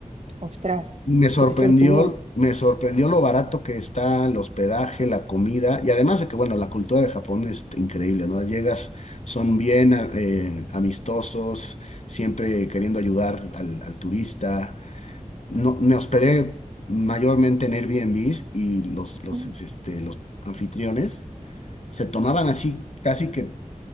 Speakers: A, on the right; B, on the left.
A: Ostras,
B: Y me sorprendió,
A: qué sortudo.
B: me sorprendió lo barato que está el hospedaje, la comida, y además de que, bueno, la cultura de Japón es increíble, ¿no? Llegas, son bien a- eh, amistosos, siempre queriendo ayudar al, al turista. No, me hospedé mayormente en Airbnbs y los, los,
A: Mm,
B: este, los anfitriones se tomaban así casi que